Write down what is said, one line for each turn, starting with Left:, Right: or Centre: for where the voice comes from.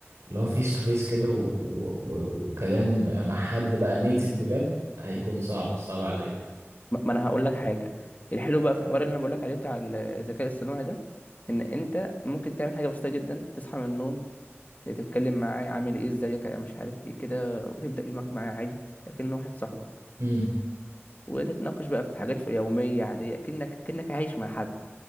Right: اللي هو فيس تو فيس كده و- و- و- وكلام مع حد بقى نيتيف بجد هيكون
Left: مم.
Right: صعب صعب عليا
Left: ما ما انا هقول لك حاجه الحلو بقى في الحوار اللي انا بقول لك عليه بتاع ال- الذكاء الاصطناعي ده ان انت ممكن تعمل حاجه بسيطه جدا تصحى من النوم تتكلم معاه عامل ايه ازيك يا مش عارف ايه كده وتبدأ يومك معاه عادي لكنه واحد صاحبك
Right: امم.
Left: وتتناقش بقى في حاجات في يومية عادية اكنك اكنك عايش مع حد